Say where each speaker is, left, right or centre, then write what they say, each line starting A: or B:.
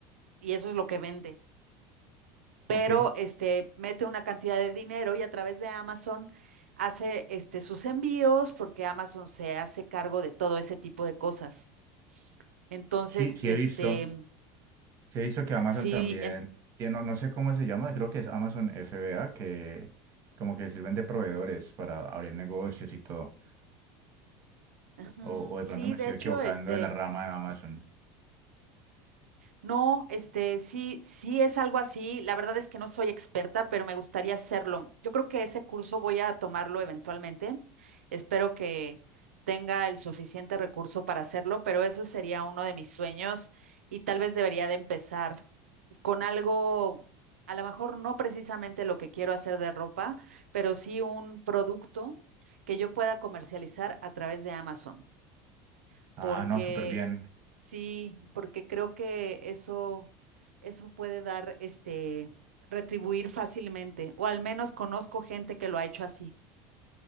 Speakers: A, on the right (about 90°); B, on the right (about 45°).
A: y eso es lo que vende. Pero
B: Ok.
A: este, mete una cantidad de dinero y a través de Amazon hace este, sus envíos porque Amazon se hace cargo de todo ese tipo de cosas. Entonces,
B: Sí, sí
A: este,
B: he visto. Sí he visto que Amazon
A: sí,
B: también
A: en-
B: tiene, no, no sé cómo se llama, creo que es Amazon FBA, que como que sirven de proveedores para abrir negocios y todo.
A: ujú,
B: O, o de
A: sí,
B: pronto me
A: de
B: estoy
A: hecho,
B: equivocando
A: este...
B: de la rama de Amazon.
A: No, este, sí, sí es algo así. La verdad es que no soy experta, pero me gustaría hacerlo. Yo creo que ese curso voy a tomarlo eventualmente. Espero que tenga el suficiente recurso para hacerlo, pero eso sería uno de mis sueños y tal vez debería de empezar con algo, a lo mejor no precisamente lo que quiero hacer de ropa, pero sí un producto que yo pueda comercializar a través de Amazon
B: Ah,
A: porque
B: no, súper bien.
A: sí, porque creo que eso, eso puede dar, este, retribuir fácilmente, o al menos conozco gente que lo ha hecho así.